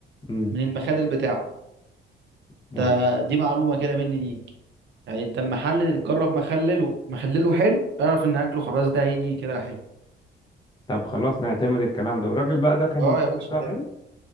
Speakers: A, on the left; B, on the right.
A: مم.
B: من المخلل بتاعه
A: مم.
B: ده دي معلومه كده مني ليك يعني انت المحل اللي تجرب مخلله مخلله حلو اعرف ان اكله خلاص ده هيجي كده حلو
A: طب خلاص نعتمد الكلام ده والراجل بقى ده كان
B: اه
A: المحل
B: يا باشا
A: بتاعه
B: كده
A: حلو